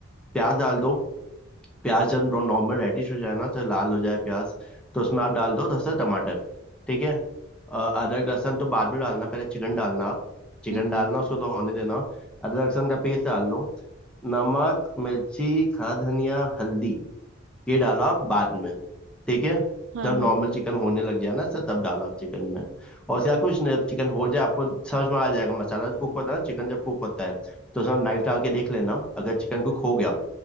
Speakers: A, in the centre; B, on the right (about 70°).
A: प्याज डाल दो प्याज जब नॉर्मल रेडिश हो जाए ना तो लाल हो जाए प्याज तो उसमें आप डाल दो दस से टमाटर ठीक है अ, अदरक लहसुन तो बाद में डालना पहले चिकन डालना आप चिकन
B: हम्म
A: डालना
B: हम्म
A: उसको तो होने देना अदरक लहसुन का पेस्ट डाल लो नमक मिर्ची खड़ा धनिया हल्दी ये डालो आप बाद में ठीक है
B: हाँ
A: जब
B: हाँ
A: नॉर्मल चिकन होने लग गया ना सर तब डालो आप चिकन में और उसके बाद कुछ नहीं चिकन हो जाए आपको समझ में आ जाएगा मसाला कुक होता है चिकन जब कुक होता है तो उसमें नाइफ डाल के देख लेना अगर चिकन कुक हो गया